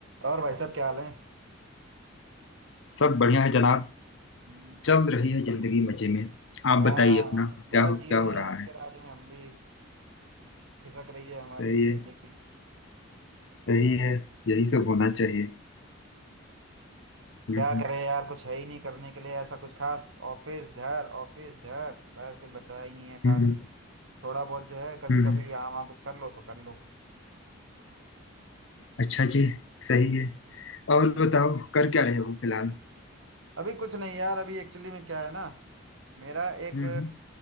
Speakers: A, on the right; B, on the left.
A: और भाई साहब क्या हाल है
B: सब बढ़िया है जनाब
A: हम्म,
B: चल रही है जिंदगी मजे में आप
A: हाँ
B: बताइए अपना
A: बस
B: क्या हो क्या
A: जी रहे
B: हो रहा
A: हैं आपके
B: है
A: राज में हम भी खिसक रही है हमारी
B: सही
A: भी जिंदगी
B: है सही है यही सब होना चाहिए हम्म
A: क्या
B: हम्म
A: करें यार कुछ है ही नहीं करने के लिए ऐसा कुछ खास ऑफिस घर ऑफिस घर बस कुछ बचा ही नहीं है खास
B: हम्म,
A: थोड़ा बहुत जो है कभी
B: हम्म,
A: कभी यहाँ वहाँ कुछ कर लो तो कर लो
B: अच्छा जी सही
A: हम्म।
B: है और बताओ कर क्या रहे हो फिलहाल
A: अभी कुछ नहीं यार अभी एक्चुअली में क्या है ना मेरा एक
B: हम्म